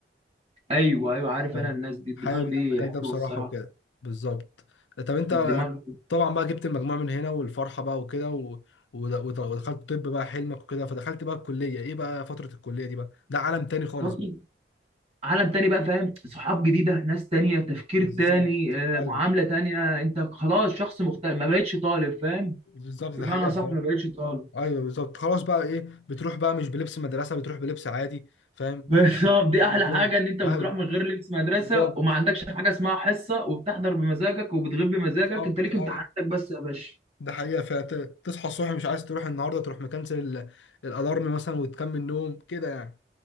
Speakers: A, on the right; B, on the left.
A: ايوه ايوه عارف
B: ايوه
A: انا الناس دي الدماغ
B: حابب انا
A: دي
B: المجال
A: حلوه
B: ده بصراحة
A: الصراحه
B: وكده بالظبط طب انت
A: الدماغ
B: طبعا بقى جبت المجموع من هنا والفرحة بقى وكده و... ود- ود- ودخلت طب بقى حلمك وكده فدخلت بقى الكلية ايه بقى فترة الكلية دي بقى ده عالم تاني خالص
A: فترة
B: بقى
A: عالم تاني بقى فاهم صحاب جديده ناس تانية تفكير
B: بالظبط
A: تاني آه،
B: ايوه
A: معامله تانية انت خلاص شخص مختلف ما بقتش طالب فاهم
B: بالظبط ده
A: بمعنى
B: حقيقة
A: صح
B: خالص
A: ما بقتش طالب
B: ايوه بالظبط خلاص بقى ايه بتروح بقى مش بلبس مدرسه بتروح بلبس عادي فاهم
A: <laughs> بالظبط دي
B: بالظبط
A: احلى حاجه ان انت بتروح
B: ايوه
A: من غير لبس مدرسه
B: بالظبط
A: وما عندكش حاجه اسمها حصه وبتحضر بمزاجك وبتغيب بمزاجك
B: بالظبط
A: انت ليك
B: ايوه
A: امتحاناتك بس يا باشا
B: ده حقيقه فتصحى الصبح مش عايز تروح النهارده تروح مكنسل ال- الالارم مثلا وتكمل نوم كده يعني